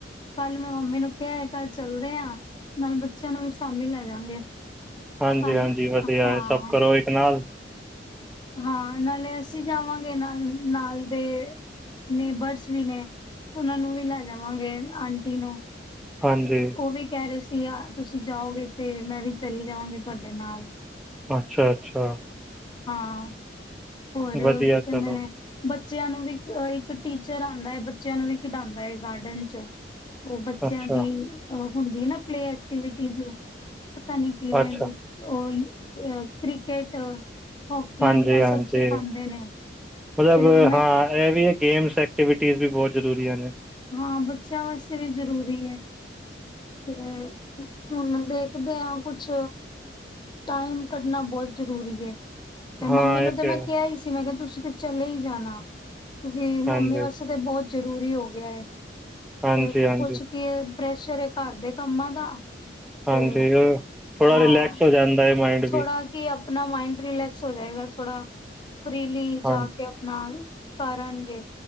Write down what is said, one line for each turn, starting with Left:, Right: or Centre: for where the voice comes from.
Left: ਕੱਲ ਮੈਂ ਮੰਮੀ ਨੂੰ ਕਿਹਾ ਕੱਲ ਚਲਦੇ ਹਾਂ ਨਾਲ ਬੱਚਿਆਂ ਨੂੰ ਵੀ ਸ਼ਾਮੀ ਲੈ ਜਾਗੇ।
Centre: ਹਾਂਜੀ-
Left: ਸ਼ਾਮ
Centre: ਹਾਂਜੀ, ਵਧੀਆ
Left: ਹਾਂ
Centre: ਹੈ ਸਭ ਕਰੋ ਇੱਕ ਨਾਲ
Left: ਹਾਂ, ਨਾਲੇ ਅਸੀਂ ਜਾਵਾਂਗੇ ਨਾਲ, ਨਾਲ ਦੇ ਨੇਬਰਸ ਵੀ ਨੇ, ਉਹਨਾਂ ਨੂੰ ਵੀ ਲੈ ਜਾਵਾਂਗੇ, ਆਂਟੀ ਨੂੰ।
Centre: ਹਾਂਜੀ
Left: ਉਹ ਵੀ ਕਹਿ ਰਹੇ ਸੀ। ਤੁਸੀਂ ਜਾਓਗੇ ਫੇਰ ਮੈਂ ਵੀ ਚਲੀ ਜਾਵਾਗੀ ਤੁਹਾਡੇ ਨਾਲ
Centre: ਅੱਛਾ -ਅੱਛਾ।
Left: ਹਾਂ! ਹੋਰ,
Centre: ਵਧੀਆ
Left: ਕੀ ਕਹਿੰਦੇ
Centre: ਚਲੋ
Left: ਨੇ ਬੱਚਿਆਂ ਨੂੰ ਵੀ ਇੱਕ ਟੀਚਰ ਆਉਂਦਾ ਹੈ। ਬੱਚਿਆਂ ਨੂੰ ਵੀ ਖਿਡਾਦਾ ਹੈ ਗਾਰਡਨ 'ਚ। ਉਹ ਬੱਚਿਆਂ
Centre: ਅੱਛਾ
Left: ਦੀ ਹੁੰਦੀ ਨਾ ਪਲੇ ਐਕਟੀਵਿਟੀਜ਼ ਪਤਾ ਨਈ ਕਿਵੇਂ
Centre: ਅੱਛਾ
Left: ਉਹ ਕ੍ਰਿਕਟ ਹੋਕੀ
Centre: ਹਾਂਜੀ
Left: ਇਹ
Centre: ਹਾਂਜੀ
Left: ਸਭ ਸਿਖਾਉਂਦੇ ਨੇ
Centre: ਮਤਲਬ
Left: ਤੇ ਮੈਂ
Centre: ਹਾਂ ਇਹ ਵੀ ਹੈ ਗੇਮਸ ਐਕਟੀਵਿਟੀਜ਼ ਵੀ ਬਹੁਤ ਜ਼ਰੂਰੀਆਂ ਨੇ
Left: ਹਾਂ ਬੱਚਿਆਂ ਵਾਸਤੇ ਵੀ ਜ਼ਰੂਰੀ ਹੈ। ਤੇ ਹੁਣ ਦੇਖਦੇ ਹਾਂ ਕੁਛ ਟਾਈਮ ਕੱਢਣਾ ਬਹੁਤ ਜ਼ਰੂਰੀ ਹੈ। ਤੇ
Centre: ਹਾਂ
Left: ਮੰਮੀ ਨੂੰ
Centre: ਇਹ
Left: ਤੇ ਮੈਂ
Centre: ਹੈ
Left: ਕਿਹਾ ਹੀ ਸੀ, ਮੈਂ ਕਿਹਾ ਤੁਸੀਂ ਤੇ ਚਲੇ ਹੀ ਜਾਣਾ। ਕਿਉਂਕਿ ਮੰਮੀ
Centre: ਹਾਂਜੀ
Left: ਵਾਸਤੇ ਤੇ ਬਹੁਤ ਜਰੂਰੀ ਹੋ ਗਿਆ ਹੈ।
Centre: ਹਾਂਜੀ
Left: ਤੇ
Centre: ਹਾਂਜੀ
Left: ਕੁੱਛ ਕੀ ਪ੍ਰੈਸ਼ਰ ਘਰ ਦੇ ਕੰਮਾਂ ਦਾ
Centre: ਹਾਂਜੀ,
Left: ਤੇ
Centre: ਉਹ ਥੋੜਾ
Left: ਹਾਂ
Centre: ਰਿਲੈਕਸ ਹੋ ਜਾਂਦਾ ਹੈ। ਮਾਇੰਡ
Left: ਥੋੜਾ
Centre: ਵੀ
Left: ਕਿ ਆਪਣਾ ਮਾਈੰਡ ਰਿਲੈਕਸ ਹੋ ਜਾਏਗਾ ਥੋੜਾ। ਫਰੀਲੀ
Centre: ਹਾਂਜੀ
Left: ਜਾ ਕੇ ਆਪਣਾ ਕਰਨਗੇ